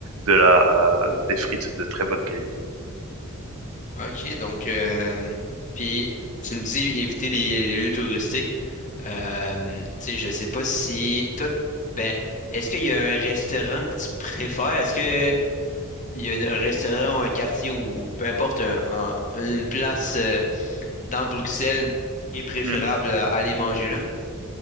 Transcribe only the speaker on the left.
OK, donc, euh, puis tu me dis éviter les, les lieux touristiques. Euh, tu sais, je sais pas si toi, ben, est-ce qu'il y a un restaurant que tu préfères? Est-ce que il y a un restaurant ou un quartier ou peu importe, un- un- une place euh, dans Bruxelles qui est préférable
à aller manger là?